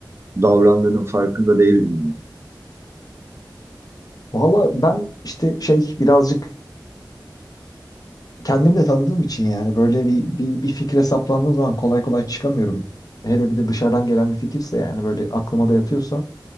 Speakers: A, on the right (about 35°); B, on the left (about 55°).
A: davrandığının farkında değildim ben.
B: Valla ben işte şey birazcık kendimi de tanıdığım için yani böyle bir, bir, bir fikre saplandığım zaman kolay kolay çıkamıyorum. Hele bir de dışarıdan gelen bir fikirse yani böyle aklıma da yatıyorsa